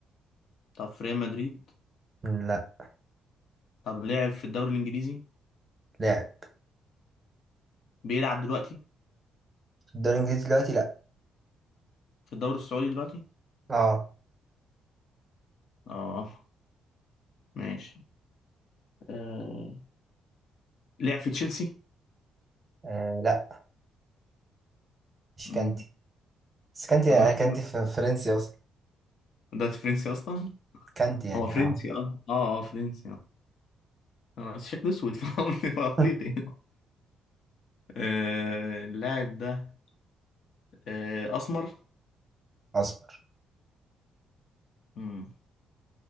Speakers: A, on the left; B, on the right.
A: طب في ريال مدريد
B: لا
A: طب لعب في الدوري الإنجليزي
B: لاعب
A: بيلعب دلوقتي
B: في الدوري الانجليزي دلوقتي لا
A: في الدوري السعودي دلوقتي
B: اه
A: اه ماشي آه لعب في تشيلسي
B: آه لا مش
A: مم.
B: كانتي بس كانتي
A: <laughs>
B: آه، كانتي في فرنسي اصلا
A: ده فرنسي أصلا
B: كانتي يعني
A: هو فرنسي
B: اه
A: اه اه اه فرنسي آه. انا شكله اسود <laughs> فقلت
B: <laughs>
A: افريقي آه، اللاعب ده آه، اسمر
B: اصبر
A: مم.